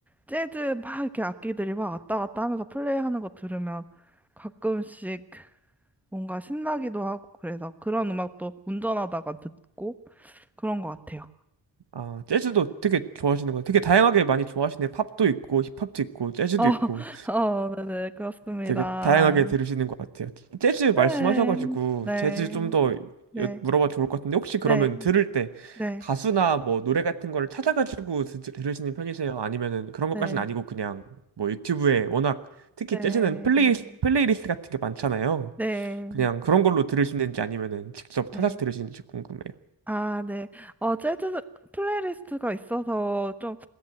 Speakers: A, in the centre; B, on the right.
A: 재즈 막 이렇게 악기들이 막 왔다 갔다 하면서 플레이하는 거 들으면 가끔씩 뭔가 신나기도 하고 그래서 그런 음악도 운전하다가 듣고 그런 것 같아요.
B: 아, 재즈도 되게 좋아하시는 거예요. 되게 다양하게 많이 좋아하시네. 팝도 있고 힙합도 있고 재즈도
A: 어, <laughs>
B: 있고.
A: 어, 네네, 그렇습니다.
B: 되게 다양하게 들으시는 것 같아요. 재즈
A: 네,
B: 말씀하셔가지고
A: 네,
B: 재즈 좀 더
A: 네,
B: 물어봐 좋을 것 같은데 혹시 그러면
A: 네,
B: 들을 때
A: 네,
B: 가수나 뭐 노래 같은 걸 찾아가지고 드, 들으시는 편이세요? 아니면은 그런
A: 네,
B: 것까지는 아니고 그냥 뭐 유튜브에 워낙 특히
A: 네,
B: 재즈는 플레이
A: 네,
B: 플레이리스트 같은 게 많잖아요.
A: 네.
B: 그냥 그런 걸로 들으시는지 아니면은 직접
A: 네.
B: 찾아서 들으시는지 궁금해요.
A: 아, 네. 어, 재즈 플레이리스트가 있어서 좀